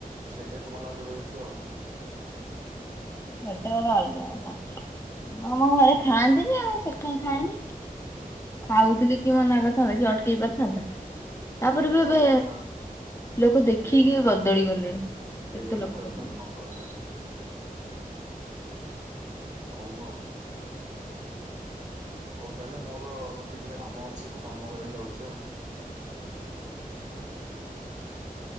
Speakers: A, on the right; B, on the left.
A: ସେଇଟା ତମକୁ ଲାଗୁ ରହିଛି ଆଉ।
B: ଏଇଟା ଗୋଟେ ଅଲଗା କଥା, ଆମ ଘରେ ଖାଆନ୍ତିନି ଆଉ ସେଥିପାଇଁ ଖାଏନି। ଖାଉଥିଲି
A: ହୁଁ
B: କିଏ ମନା କରି। <unintelligible> ତାପରେ
A: ଏଇଟା
B: ବି ଏବେ
A: ସତ କଥା
B: ଲୋକ ଦେଖିକି
A: ଏଇଟା ବି
B: ବଦଳି ଗଲେଣି କେତେ
A: ଏଇଟା ବି
B: ଲୋକ
A: ସତ କଥା
B: ବଦଳିଗଲେ।
A: କଣ କହିବି ହଉ ଆଉ । ହଉ ତାହେଲେ ମୋର କିଛିଟା କାମ ଅଛି ମୁଁ କାମ କରିବାକୁ ଯାଉଛି ଆଉ।
B: <inaudible>
A: ହଁ।